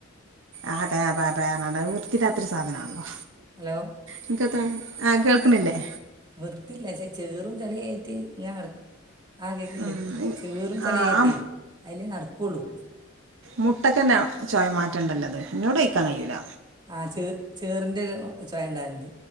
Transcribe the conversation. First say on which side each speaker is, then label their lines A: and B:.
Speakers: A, on the right; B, on the right.
A: ആ ക ബാ പറ്ഞ്ഞാണ്ട് വൃത്തില്ലാത്തൊരു സാധനമാണല്ലോ
B: ഹലോ
A: അൻക്കെത്താ ആഹ് കേൾക്കണില്ലേ
B: വൃത്തില്ല ക്ഷേ ചേറും ചളിയായിട്ട് ഇങ്ങനടക്കും ആ കേക്ക്ണ്ട്
A: ഉം
B: ചേറും ചെളിയായിട്ടേ
A: ആ ആ
B: അയിലെ നടക്കൊള്ളൂ
A: മുട്ടക്കെന്നാ ചോയ മാറ്റണ്ടല്ലത് ഇന്നോടോയ്ക്കാൻ കഴിയൂല
B: ആ ച് ചേറിൻ്റെ ഒരു ചോയ ഉണ്ടാകല്ണ്ട്